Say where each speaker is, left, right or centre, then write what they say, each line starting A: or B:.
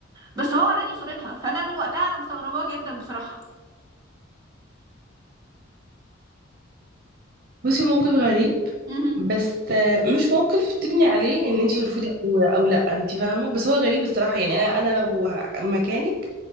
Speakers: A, on the right; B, on the right.
A: بس هو وراني صورتها فانا من وقتها انا مستغرباه جدا بصراحة
B: بصي هو موقف غريب
A: مهم.
B: بس آه، مش موقف تبني عليه ان انت ترفضي او او لا انت فاهمه بس هو غريب الصراحه يعني انا انا لو مكانك